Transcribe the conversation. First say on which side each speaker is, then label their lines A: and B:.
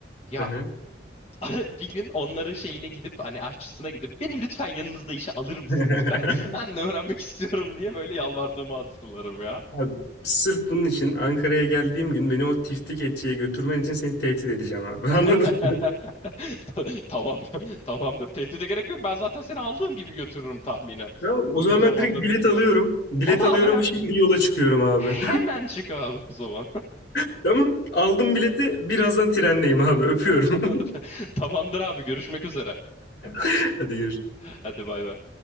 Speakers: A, on the left (about 30°); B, on the left (about 65°).
A: Ya
B: Hı hı.
A: <laughs> bir gün onların şeyine gidip hani aşçısına gidip beni lütfen yanınızda işe alır mısınız?
B: <laughs>
A: Ben <laughs> ben de öğrenmek istiyorum diye böyle yalvardığımı hatırlarım ya.
B: Abi, sırf bunun için Ankara'ya geldiğim gün beni o tiftik etçiye götürmen için seni tehdit edeceğim abi.
A: <laughs>
B: <laughs> Anladın mı?
A: Tamam, <laughs> tamamdır. Tehdide gerek yok. Ben zaten seni aldığım gibi götürürüm tahminen.
B: Tamam, o
A: Uzun
B: zaman
A: zamandır
B: ben direkt bilet
A: gitmiyorum.
B: alıyorum. Bilet
A: Ola
B: alıyorum
A: abi hem-
B: şimdi yola çıkıyorum abi.
A: hemen çık abi o zaman.
B: <laughs> Tamam aldım bileti birazdan trendeyim abi öpüyorum.
A: <laughs> Tamamdır abi görüşmek üzere.
B: <laughs> Hadi görüşürüz.
A: Hadi bay bay.